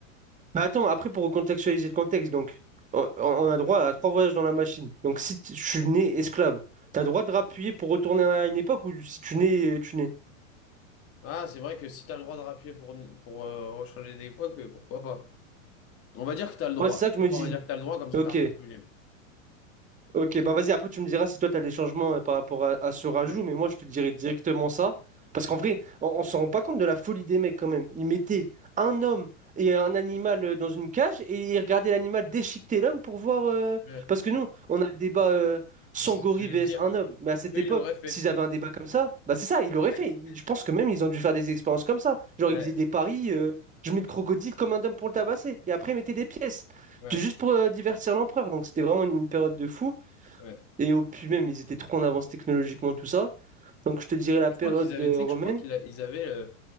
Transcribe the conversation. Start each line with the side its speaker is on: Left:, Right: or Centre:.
Right: Bah attends, après, pour recontextualiser le contexte, donc, on on a droit à trois voyages dans la machine. Donc, si t- je suis né esclave, t'as droit de rappuyer pour retourner à une époque ou si tu nais, tu nais.
Left: Ah, c'est vrai que si t'as le droit de rappuyer pour, pour euh, rechanger des points, que- pourquoi pas? On va dire que t'as le droit.
Right: Ouais, c'est ça que je me
Left: On
Right: dis.
Left: va dire que t'as le droit, comme ça
Right: Ok.
Left: t'es un peu plus libre.
Right: Ok, bah vas-y, après tu me diras si toi tu as des changements euh, par rapport à, à ce rajout,
Left: Ouais.
Right: mais moi je te dirais directement ça. Parce qu'en vrai, on ne se rend pas compte de la folie des mecs quand même. Ils mettaient un homme et un animal euh, dans une cage et ils regardaient l'animal déchiqueter l'homme pour voir. euh,
Left: Ouais.
Right: Parce que nous, on a le débat euh, Sangori
Left: Je sais ce que j'allais
Right: vs
Left: te dire.
Right: un homme. Mais à cette
Left: Eux,
Right: époque,
Left: ils l'auraient fait.
Right: s'ils avaient un débat comme ça, bah c'est ça, ils l'auraient
Left: <laughs>
Right: fait. Je pense que même ils ont dû faire des expériences comme ça. Genre
Left: Ouais,
Right: ils faisaient des paris, euh, je mets le crocodile comme un homme pour le tabasser. Et après ils mettaient des pièces.
Left: ouais,
Right: Juste pour euh, divertir l'empereur. Donc c'était vraiment une une période de fou.
Left: ouais.
Right: Et au puis même, ils étaient trop en avance technologiquement, tout ça. Donc je te dirais la
Left: Je
Right: période
Left: crois qu'ils avaient,
Right: euh,
Left: tu sais,
Right: romaine.
Left: que je crois qu'ils a- ils avaient euh,